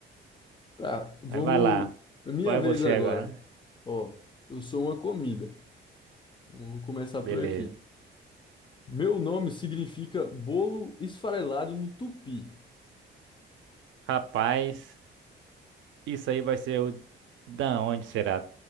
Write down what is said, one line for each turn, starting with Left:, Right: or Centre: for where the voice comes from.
Left: tá. Vamos.
Right: Aí vai lá,
Left: é Minha
Right: vai
Left: vez
Right: você
Left: agora.
Right: agora.
Left: Ó, eu sou uma comida. Vamos começar
Right: Beleza.
Left: por aqui. Meu nome significa bolo esfarelado no tupi.
Right: Rapaz, isso aí vai ser o da onde será?